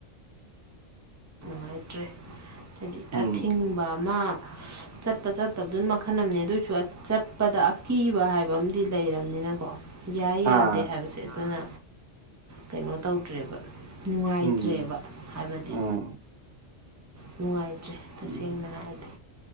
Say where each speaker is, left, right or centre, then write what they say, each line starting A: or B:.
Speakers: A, on the right; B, on the right.
A: ꯅꯨꯡꯉꯥꯏꯇ꯭ꯔꯦ ꯍꯥꯏꯗꯤ
B: ꯎꯝ
A: ꯑꯊꯤꯡ ꯑꯃ ꯆꯠꯄ ꯆꯠꯇꯕꯗꯨꯅ ꯃꯈꯜ ꯑꯃꯅꯤꯅꯦ ꯑꯗꯨꯑꯣꯏꯁꯨ ꯆꯠꯄꯗ ꯀꯤꯕ ꯍꯥꯏꯕ ꯑꯃꯗꯤ ꯂꯩꯔꯕꯅꯤꯅꯀꯣ ꯌꯥꯏ
B: ꯑꯥ
A: ꯌꯥꯗꯦ ꯍꯥꯏꯕꯁꯦ ꯑꯗꯨꯅ ꯀꯩꯅꯣ ꯇꯧꯗ꯭ꯔꯦꯕ ꯅꯨꯡꯉꯥꯏꯇ꯭ꯔꯦꯕ
B: ꯎꯝ
A: ꯍꯥꯏꯕꯗꯤ
B: ꯎꯝ
A: ꯅꯨꯡꯉꯥꯏꯇ꯭ꯔꯦ ꯇꯁꯦꯡꯅ ꯍꯥꯏꯔꯗꯤ